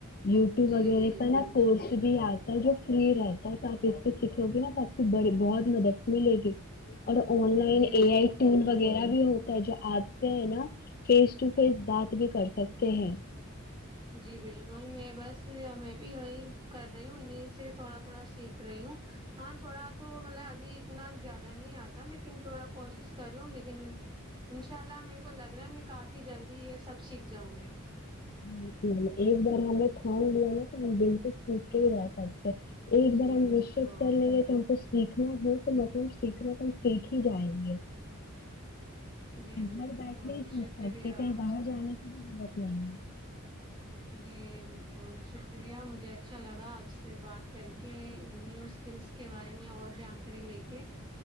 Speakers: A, on the left; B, on the right.
A: یوٹیوب
B: جی
A: وغیرہ
B: بالکل
A: کا نا کوورس بھی آیا جو فری رہتا ہے تو آپ اس کو سیککھو گے نا تو آپ کی بڑی بہت مدد ملے گی اور on line
B: G
A: a
B: بالکل
A: I tool وغیرہ بھی ہو جو آپ سے ہے نا فیس ٹو فیس بات بھی کر سکتے ہیں
B: جی بلکل میں بس میں بھی یہی کر رہی ہوں انہیں سے تھوڑا تھوڑا سیکھ رہی ہوں ہاں تھوڑا تو مطلب ابھی اتنا زیادہ نہیں آتا لیکن تھوڑا کوشش کر رہی ہوں لیکن انشاء اللہ میرے کو لگ رہا ہے میں کافی جلدی یہ سب سیکھ جاؤں گی
A: ج ایک بار ہمیں ٹھان لیا نا تو بلکل سیکھ کے ہی رہا سکتے ایک
B: جی
A: بار ہم
B: بالکل
A: معشت کر لیں گے کہ ہم کو سیکھ سیکھنا ہے تو مطلب سیکھنا تو ہم سیکھ ہی جائیں گے
B: جی
A: ادھر
B: بالکل
A: بیٹنے ہی چیز
B: شکریہ
A: کرتے کہیں باہر جانے بت لیں گے
B: جی بلکل شکریہ مجھے اچھا لگا آپ سے بات کر کے نیو اسکلس کے بارے میں اور جانکاری لے کے